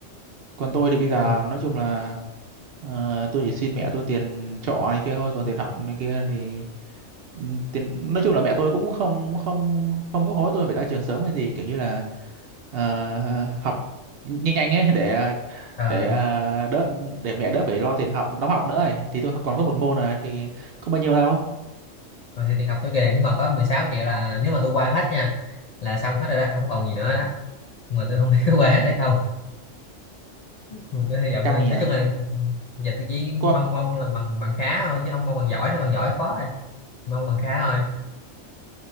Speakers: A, on the right; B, on the left.
A: còn tôi thì bây giờ
B: Nên là,
A: nói chung là ờ, tôi chỉ xin mẹ tôi tiền trọ này kia thôi còn tiền học này kia thì ừ, tiền nói chung là mẹ tôi cũng không không không có hối tôi phải ra trường sớm hay gì kiểu như là ờ, học nhanh nhanh ấy để
B: ờ,
A: để ờ, đỡ để mẹ đỡ phải lo tiền học đóng học nữa ấy. thì tôi còn có một môn này thì không bao nhiêu đâu
B: rồi thì tiền học tôi kỳ này cũng còn có 16 triệu là nếu mà tôi qua hết nha là xong hết rồi đó không còn gì nữa đó nhưng mà tôi không biết có qua
A: ừ,
B: hết hay không mình cứ hy vọng
A: căng
B: là- nói
A: nhỉ
B: chung là giờ tôi chỉ mong
A: Có
B: mong là bằng bằng khá thôi chứ không mong bằng giỏi nó bằng giỏi khó rồi mong bằng khá thôi